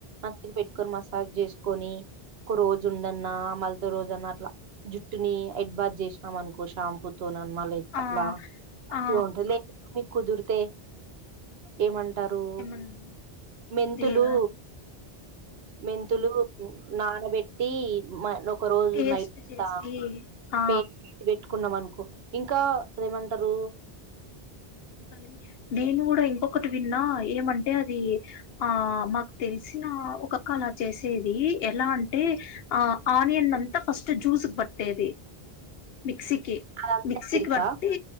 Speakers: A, on the right; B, on the left.
A: మంచిగా పెట్టు కుక్కర్ మసాజ్ చేసుకొని ఒక్క రోజు ఉండన్నా మళ్ పె రోజన్న అట్లా జుట్టుని ఎడ్ బాజ్ చేసినాం అనుకో షాంపూ తోన్న మ
B: ఆ
A: అట్లాగా
B: ఆ
A: ఉంటాంది లే మీ కుదురతే ఏమంట టారు
B: ఏమన్
A: మెంతులు
B: క్లియర్గా
A: మెంతులు నానబెట్టి టి ఒక రోజు
B: పేస్ట్
A: నైట్ అంతా
B: చేసి ఆ
A: పే పెట్టుకున్నాం అనుకు ఇంకా ఏమంటారు
B: కా నేను కూడా ఇంకొకటి విన్నా, ఏమంటే అది ఆ మాకు తెలిసిన ఒకక్క అలా చేసేది, ఎలా అంటే ఆ ఆనియన్ అంతా ఫస్ట్ జ్యూస్ పట్టేది మిక్సీకి
A: అదంతా
B: మిక్సీకి
A: ఎరికా
B: బట్టి